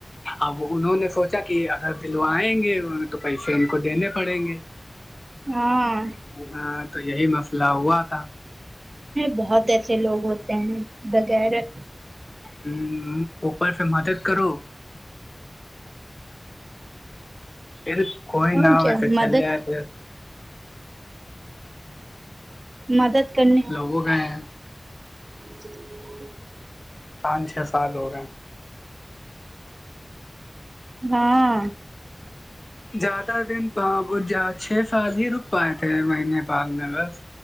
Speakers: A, on the left; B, on the right.
A: اب انہوں نے سوچا کہ اگر دلوائیں گے تو پیسے ان کو دینے پڑیں گے
B: ہاں
A: ہاں تو یہی مسئلہ ہوا تھا
B: بہت ایسے لوگ ہوتے ہیں بے غیرت
A: ہ اوپر پھر مدد کرو پھر کوئی
B: اور
A: نہ ہو
B: کیا
A: ایسے چلے
B: مدد
A: آ پھر
B: مدد کرنے
A: وہ گئے ہیں
B: ج <inaudible>
A: پانچ چھ سال ہو گئے
B: ہاں
A: زیادہ دن چھ سال ہی رک پائے تھے وہ نیپال میں بس